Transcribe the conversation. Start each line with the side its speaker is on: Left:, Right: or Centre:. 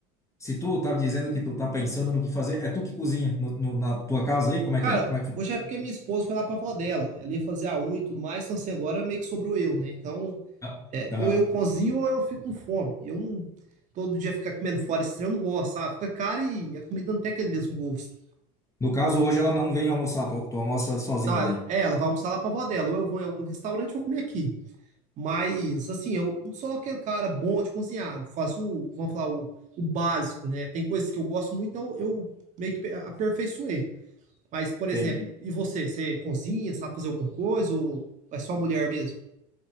Left: Se tu tá dizendo que tu tá pensando no que fazer, é tu que cozinha no- no- na tua casa aí? Como
Right: Cara,
Left: é que é? Como é que
Right: hoje é porque minha esposa foi lá pra avó dela. Ela ia fazer a unha e tudo mais, então assim, agora meio que sobrou eu, né? Então,
Left: funciona?
Right: é,
Left: Aham.
Right: ou eu cozinho ou eu fico com fome. Eu não, todo dia ficar comendo fora estranho, eu não gosto, sabe? Fica caro e a comida não tem aquele mesmo gosto.
Left: No caso, hoje ela não vem almoçar, tu, tu almoça sozinho
Right: Não, ela,
Left: daí.
Right: é, ela vai almoçar lá pra avó dela, ou eu vou em algum restaurante e vou comer aqui. Mas, assim, eu não sou aquele cara bom de cozinhar. Eu faço, o- vamos falar, o, o básico, né? Tem coisas que eu gosto muito, então eu meio que pe- aperfeiçoei. Mas, por exemplo,
Left: Entendi.
Right: e você? Você cozinha, sabe fazer alguma coisa ou é só mulher mesmo?